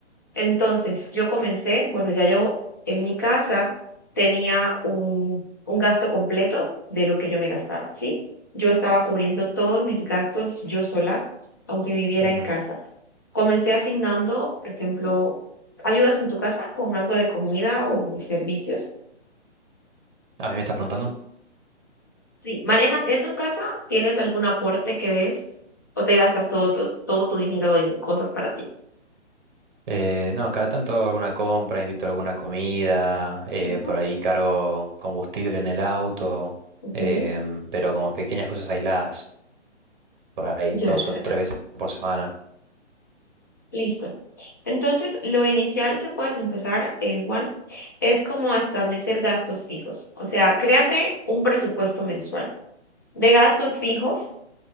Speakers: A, on the left (about 20°); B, on the right (about 45°).
A: Entonces, yo comencé, bueno, ya yo en mi casa tenía un, un gasto completo de lo que yo me gastaba, ¿sí? Yo estaba cubriendo todos mis gastos yo sola, aunque viviera
B: ujú.
A: en casa. Comencé asignando, por ejemplo, ayudas en tu casa con algo de comida o servicios.
B: ¿A mí me estás preguntando?
A: Si manejas eso en casa, ¿tienes algún aporte que des o te gastas todo tu, todo tu dinero en cosas para ti?
B: Eh, no, cada tanto hago alguna compra, invito a alguna comida, eh,
A: Ujú,
B: por ahí cargo combustible en el auto,
A: ok.
B: em, pero como pequeñas cosas aisladas, por ahí
A: Ya,
B: dos
A: ya,
B: o tres
A: ya.
B: veces por semana.
A: Listo. Entonces, lo inicial que puedes empezar, eh, Juan, es como establecer gastos fijos. O sea, créate un presupuesto mensual de gastos fijos,